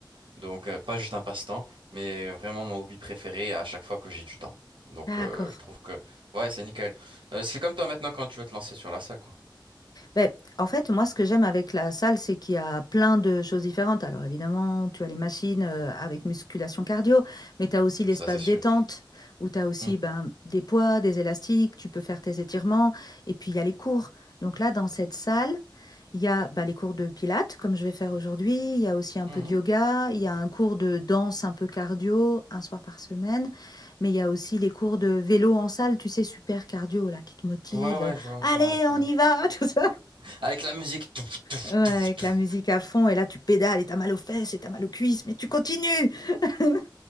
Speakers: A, on the right (about 80°); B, on the left (about 50°).
A: Donc euh, pas juste un passe-temps, mais vraiment mon hobby préféré à chaque fois que j'ai du temps. Donc
B: D'accord.
A: euh, je trouve que ouais, c'est nickel. Euh, c'est comme toi maintenant quand tu veux te lancer sur la salle, quoi.
B: Ben, en fait, moi, ce que j'aime avec la salle, c'est qu'il y a plein de choses différentes. Alors, évidemment, tu as les machines euh, avec musculation cardio, mais tu as aussi l'espace
A: Ça c'est sûr.
B: détente où tu as aussi
A: Mm.
B: ben, des poids, des élastiques, tu peux faire tes étirements. Et puis, il y a les cours. Donc là, dans cette salle, il y a ben, les cours de pilates, comme je vais faire aujourd'hui. Il y a aussi un
A: Mhm.
B: peu de yoga. Il y a un cours de danse un peu cardio, un soir par semaine. Mais il y a aussi les cours de vélo en salle, tu sais, super cardio, là, qui te motive.
A: Ouais ouais, je vois,
B: Allez,
A: ouais,
B: on
A: ouais.
B: y va, <laughs> tout ça.
A: Avec la musique touf, touf,
B: Ouais, avec
A: touf, touf.
B: la musique à fond, et là tu pédales et t'as mal aux fesses et t'as mal aux cuisses, mais tu continues. <laughs>